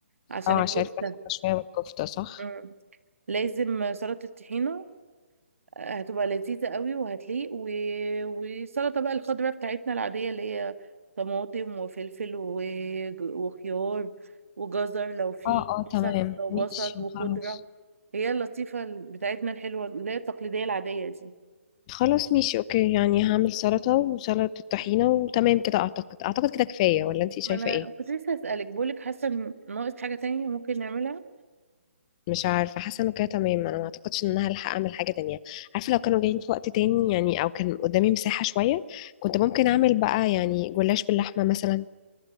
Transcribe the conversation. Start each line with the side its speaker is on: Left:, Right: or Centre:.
Right: عشان
Left: اه
Right: الكفتة
Left: عشان الفراخ شوية والكفتة صح
Right: مم. لازم سلطة الطحينة هتبقى لذيذة قوي وهتليق و... والسلطة بقى الخضراء بتاعتنا العادية اللي هي طماطم وفلفل و... وخيار وجزر لو في
Left: اه اه
Right: مثلا
Left: تمام
Right: وبصل
Left: ماشي
Right: وخضرة
Left: خلاص
Right: هي اللطيفة بتاعتنا الحلوة اللي هي التقليدية العادية دي
Left: خلاص ماشي اوكي يعني هعمل سلطة وسلطة طحينة وتمام كده اعتقد اعتقد كده كفاية ولا انتي شايفة
Right: ما انا
Left: ايه
Right: كنت لسه اسألك بقولك حاسة ان ناقص حاجة تانية ممكن نعملها
Left: مش عارفة حاسة انه كده تمام انا ما اعتقدش ان انا هلحق اعمل حاجة تانية عارفة لو كانوا جايين في وقت تاني يعني او كان قدامي مساحة شوية كنت ممكن اعمل بقى يعني جلاش باللحمة مثلا